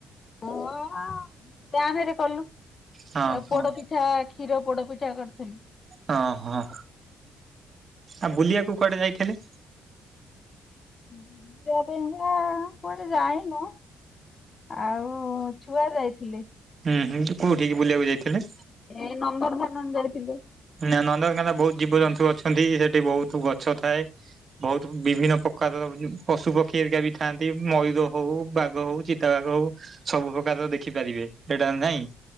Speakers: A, on the left (about 40°); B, on the right (about 40°).
A: ଟାହାଁ ରେ କଲୁ।
B: ହଁ ହଁ
A: ପୋଡପିଠା କ୍ଷୀର ପୋଡ ପିଠା କରିଥିଲି।
B: ହଁ ହଁ। ଆଉ ବୁଲିବାକୁ କୁଆଡେ ଯାଇଥିଲେ?
A: <unintelligible> ନୁହଁ କୁଆଡେ ଯାଇନୁ। ଆଉ ଛୁଆ ଯାଇଥିଲେ।
B: ହୁଁ ହୁଁ କୋଉଠିକି ବୁଲିବାକୁ ଯାଇଥିଲେ?
A: ଏ ନନ୍ଦନକାନନ ଯାଇଥିଲୁ।
B: ନା ନନ୍ଦନକାନନ ବହୁତ ଜୀବଜନ୍ତୁ ଅଛନ୍ତି। ସେଠି ବହୁତ ଗଛ ଥାଏ ବହୁତ ବିଭିନ୍ନ ପକ୍ <unintelligible> ପଶୁ ପକ୍ଷୀ ହେରିକା ବି ଥାନ୍ତି। ମୟୂର ହଉ ବାଘ ହଉ ଚିତାବାଘ ହଉ ସବୁ ପ୍ରକାର। ଆରର ଦେଖିପାରିବେ ଏଇଟା ନାଇଁ